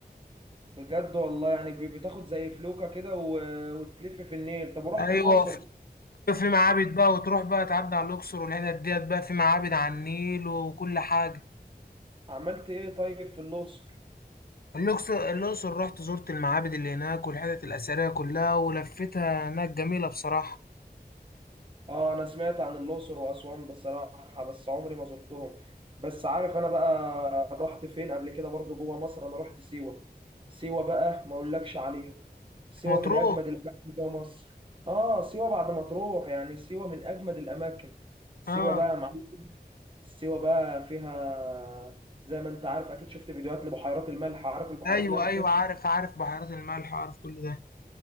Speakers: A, on the right; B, on the left.
A: بجد والله يعني ب- بتاخد زي فلوكه كده و... وتلف في النيل طب ورحت
B: ايوه
A: الاقصر
B: في في معابد بقى وتروح بقى تعدي على الاقصر والحتت ديت بقى في معابد على النيل وكل حاجة
A: عملت ايه طيب في الاقصر
B: الأقصر الأقصر رحت زرت المعابد اللي هناك والحتت الأثرية كلها ولفتها هناك جميلة بصراحة
A: اه انا سمعت عن الاقصر واسوان بصراحه بس عمري ما زرتهم بس عارف انا بقى رحت فين قبل كده برضو جوه مصر انا رحت سيوه سيوه بقى ما اقولكش عليها سيوه
B: مطروح
A: من اجمد الاماكن جوه مصر اه سيوه بعد ما تروح يعني سيوه من اجمد الاماكن سيوه
B: اه
A: بقى يا معلم سيوه بقى فيها زي ما انت عارف اكيد شفت فيديوهات لبحيرات الملح عارف البحيرات
B: ايوه
A: اللي هي بتنزل
B: ايوه عارف عارف بحيرات الملح عارف كل ده